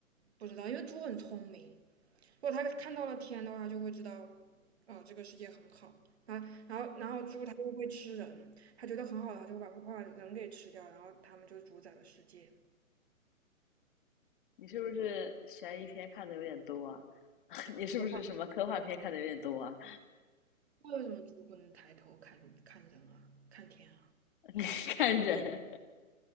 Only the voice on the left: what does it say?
<laughs>？你是不是悬疑片看的有点多啊？<laughs> 你是不是什么科幻片看的有点多啊？
<laughs> 你看人，